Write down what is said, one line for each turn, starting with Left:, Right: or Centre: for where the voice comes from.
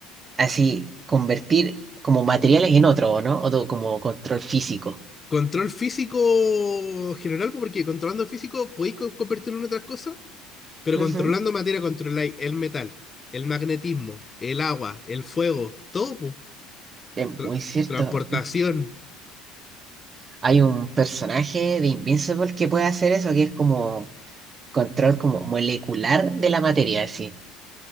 Right: Así, convertir como materiales en otro, ¿no? Otro como control físico.
Left: Control físico general, pues, porque controlando físico podéis co- convertirlo en otras cosas, pero
Right: Ujú,
Left: controlando materia controláis el metal, el magnetismo, el agua, el fuego, todo, po.
Right: Es
Left: Tra-
Right: muy cierto.
Left: transportación.
Right: Hay un personaje de Invincible que puede hacer eso, que es como control como molecular de la materia, así.